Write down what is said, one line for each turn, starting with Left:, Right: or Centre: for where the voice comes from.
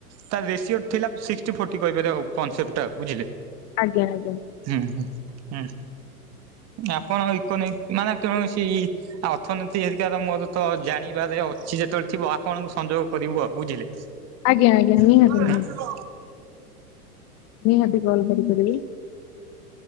Right: ତା ରେସିଓ ଥିଲା ସିକ୍ସଟି ଫୋଟି କହିପାରିଅ ଆଉ କନସେପ୍ଟଟା, ବୁଝିଲେ?
Left: ଆଜ୍ଞା ଆଜ୍ଞା।
Right: ହୁଁ ହୁଁ ଉଁ ଆପଣ ଇକୋନୋଇ ମାନେ କୌଣସି ଅର୍ଥନୀତି ହେରିକାର ମୋର ତ ଜାଣିବାରେ ଅଛି ଯେତେବେଳେ ଥିବ ଆ ପଣଙ୍କୁ ସଂଯୋଗ କରିବୁ ଆ ବୁଝିଲେ?
Left: ଆଜ୍ଞା ଆଜ୍ଞା ନିହାତି
Right: ହୁଁ
Left: ନିହା
Right: ହୁଁ
Left: ନିହାତି କଲ୍ କରିପାରିବି।